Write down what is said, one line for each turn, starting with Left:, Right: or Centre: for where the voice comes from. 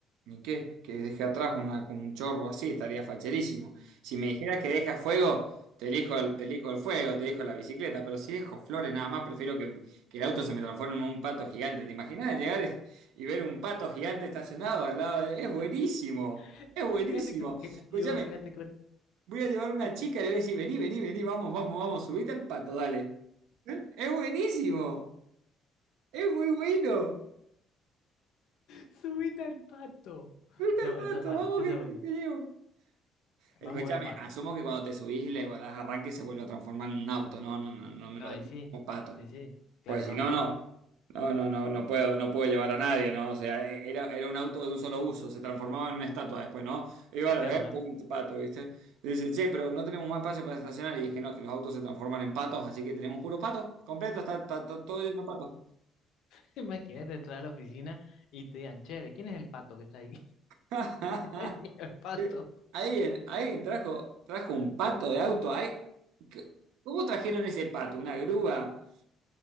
Right: Ni qué, que deje atrás una, con un chorro así, estaría facherísimo. Si me dijeras que deja fuego, te elijo el, te elijo el fuego, te elijo la bicicleta, pero si dejo flores nada más, prefiero que, que el auto se me transforme en un pato gigante. ¿Te imaginas llegar y ver un pato gigante estacionado al lado de... Es buenísimo,
Left: <laughs>
Right: es
Left: Imagínate
Right: buenísimo.
Left: que, que-
Right: Escúchame,
Left: imagínate que
Right: voy a llevar a una
Left: sí,
Right: chica y le voy a decir, vení, vení, vení, vamos, vamos, vamos, subite al pato, dale. ¿Eh? Es buenísimo, es muy bueno.
Left: subite al pato.
Right: Subite
Left: No,
Right: al pato,
Left: esa es mala,
Right: vamos
Left: esa
Right: que
Left: es buena.
Right: te te llevo. Escúchame,
Left: Vamos en pato.
Right: asumo que cuando te subís y le das arranque se vuelve a transformar en un auto, no, no, no, no me
Left: No,
Right: lo dejes
Left: y sí,
Right: como pato.
Left: sí, sí, claro,
Right: Pues
Left: no,
Right: si no,
Left: sí,
Right: no, no, no, no, no puedo, no puedo llevar a nadie, ¿no? O sea, e- era, era un auto de un solo uso, se transformaba en una estatua después, ¿no? Iba a lo
Left: claro,
Right: ver,
Left: no.
Right: pum, pato, ¿viste? Y dice, che, pero no tenemos más espacio para estacionar. Y dije, no, es que los autos se transforman en patos, así que tenemos puros patos, completo, está, está- está todo lleno de patos.
Left: <laughs> Imagínate entrar a la oficina y te digan, che, ¿quién es el pato que está ahí?
Right: <laughs>
Left: <laughs> Es mío el pato.
Right: Che, Alguien, alguien trajo, trajo un pato de auto, ¿Ay? ¿qué- ¿Cómo trajeron ese pato? ¿Una grúa?